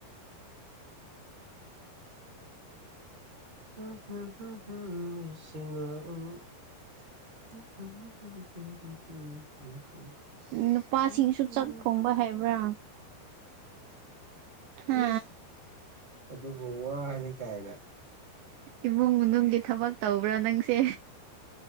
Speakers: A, on the right; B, on the right.
A: ꯎꯝꯝꯝ ꯎ ꯎ <unintelligible>
B: ꯅꯨꯄꯥꯁꯤꯡꯁꯨ ꯆꯥꯛ ꯊꯣꯡꯕ ꯍꯩꯕ꯭ꯔꯥ ꯍꯥ
A: ꯏꯁ ꯑꯗꯨꯕꯨ ꯋꯥꯅꯤ ꯀꯥꯏꯅ
B: ꯏꯃꯨꯡ ꯃꯅꯨꯡꯒꯤ ꯊꯕꯛ ꯇꯧꯕ꯭ꯔꯥ ꯅꯪꯁꯦ